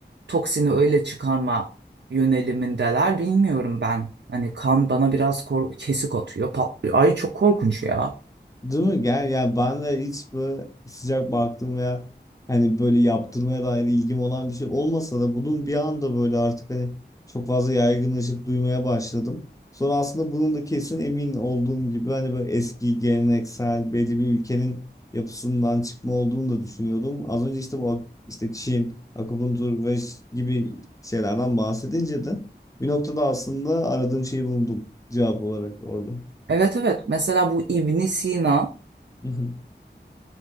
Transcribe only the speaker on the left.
Değil mi? Gel ya ben de hiç böyle sıcak baktığım veya hani böyle yaptırmaya dair ilgim olan bir şey olmasa da bunun bir anda böyle artık hani çok fazla yaygınlaşıp duymaya başladım. Sonra aslında bunun da kesin emin olduğum gibi hani böyle eski geleneksel belli bir ülkenin yapısından çıkma olduğunu da düşünüyordum. Az önce işte bu ak- işte Çin, akupunktur ve ş- gibi şeylerden bahsedince de bir noktada aslında aradığım şeyi buldum cevap olarak orada.
<laughs>